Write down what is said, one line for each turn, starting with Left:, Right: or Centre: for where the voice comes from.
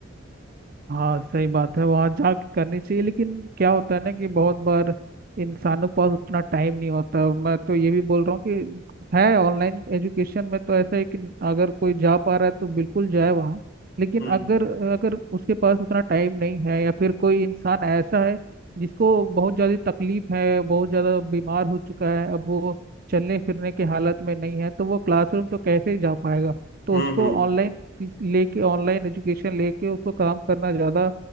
Right: हाँ सही बात है वहाँ जा के करनी चाहिए लेकिन क्या होता है ना कि बहुत बार इंसानों के पास उतना टाइम नहीं होता मैं तो ये भी बोल रहा हूँ कि है ऑनलाइन एजुकेशन में तो ऐसा है कि अगर कोई जा पा रहा है तो बिल्कुल जाए वहाँ लेकिन
Left: हम्म
Right: अगर अगर उसके पास उतना टाइम नहीं है या फिर कोई इंसान ऐसा है जिसको बहुत ज़्यादा तकलीफ है बहुत ज़्यादा बीमार हो चुका है अब वो चलने फिरने के हालत में नहीं है तो वो क्लासरूम तो कैसे जा पाएगा तो
Left: हम्म
Right: उसको
Left: हम्म
Right: ऑनलाइन लेके ऑनलाइन एजुकेशन लेके उसको काम करना ज़्यादा